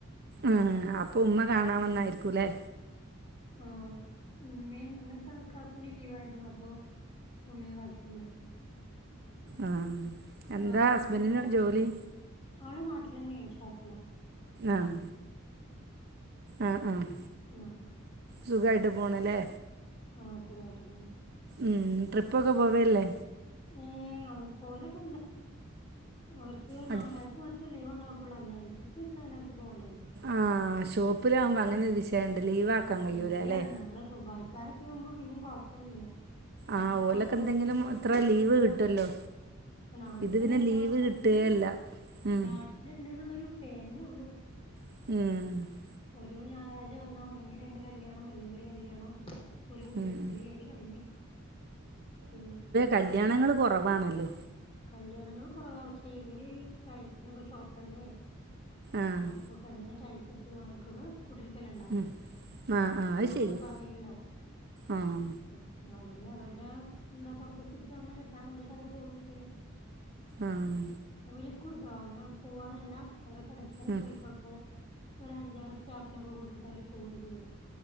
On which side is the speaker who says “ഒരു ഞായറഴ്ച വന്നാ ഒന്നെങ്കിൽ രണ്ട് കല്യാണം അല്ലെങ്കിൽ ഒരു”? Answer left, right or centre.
Left